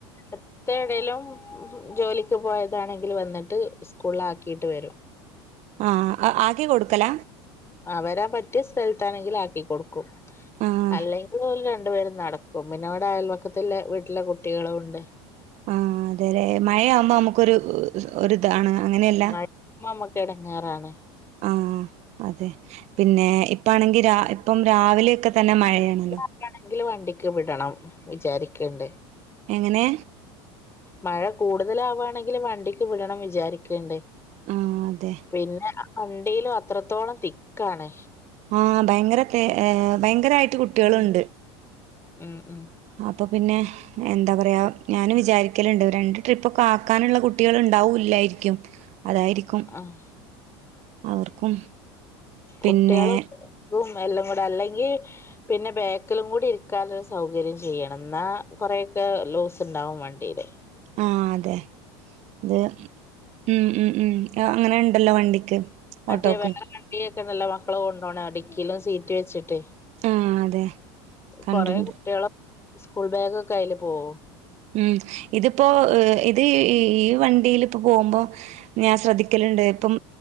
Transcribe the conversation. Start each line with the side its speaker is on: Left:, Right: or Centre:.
Left: ത്തെ എടേലും ജോലിക്ക് പോയതാണെങ്കില് വന്ന്ട്ട് സ്കൂളിലാക്കിട്ട് വെരും
Right: ആഹ് അ ആക്കി കൊട്ക്കല
Left: വെരാൻ പറ്റിയ സ്ഥലത്താണെങ്കില് ആക്കി കൊടുക്കും
Right: ആ
Left: അല്ലെങ്കിലോര് രണ്ട് പേരും നടക്കും പ്പപിന്നെ വടെ അയൽവക്കത്ത്ല്ലെ വീട്ടിലെ കുട്ടികളും ണ്ട്
Right: ആ അതേലേ മഴയാവുമ്പോ നമുക്കൊരു ഒരിതാണ് അങ്ങനല്ല
Left: മഴയാവുമ്പോ നമ്മക്ക് എടങ്ങേറാണ്
Right: ആ അതെ പിന്നെ ഇപ്പാണെങ്കി ഇപ്പം രാവിലൊക്കെത്തെന്നെ മഴാണല്ലൊ
Left: ക്കാണെങ്കില് വണ്ടിക്ക് വിടണം വിചാരിക്ക്ണ്ട്
Right: എങ്ങനെ
Left: മഴ കൂടുതലാവാണെങ്കില് വണ്ടിക്ക് വിടണം വിചാരിക്ക്ണ്ട്
Right: ആ അതെ
Left: പിന്നെ ആ വണ്ടിലും അത്രത്തോളം തിക്കാണ്
Right: ആഹ് ഭയങ്കര തെ ഭയങ്കരായിട്ട് കുട്ട്യാള്ണ്ട്
Left: ഉം ഉം ഉം
Right: അപ്പം പിന്നെ എന്താ പറയാ ഞാനും വിചാരിക്കല്ണ്ട് രണ്ട് ട്രിപ്പൊക്കെ ആക്കാനുള്ള കുട്ട്യാള് ണ്ടാവൂല്ലായിരിക്കും അതായിരിക്കും
Left: ആഹ്
Right: അവർക്കും
Left: കുട്ട്യാളും
Right: പിന്നെ
Left: ഗും എല്ലാം കൂടെ അല്ലെങ്കി പിന്നെ ബാക്കിലും കൂടി ഇരിക്കാള്ളൊരു സൗകര്യം ചെയ്യണം ന്നാ കൊറേയൊക്കെ ലൂസ് ണ്ടാവും വൺ ണ്ടില്
Right: ആഹ് അതെ അത് ഉം ഉം ഉം അങ്ങനെ ണ്ടല്ലോ വണ്ടിക്ക്
Left: മറ്റേ
Right: ഓട്ടോക്ക്
Left: വേറെ വണ്ടിക്കൊക്കെണ്ടല്ലോ മക്കളെ കൊണ്ടോണെ ടിക്കിലും സീറ്റ് വെച്ച്ട്ട്
Right: ആ അതെ കണ്ടിണ്ട്
Left: കൊറെ കുട്ട്യാളെ സ്കൂൾ ബാഗൊക്കെ അയ്ല് പോവും
Right: ഉം ഇതിപ്പോ ഇത് ഈ വണ്ടിലിപ്പ പോമ്പോ ഞാൻ ശ്രദ്ധിക്കല്ണ്ട് ഇപ്പം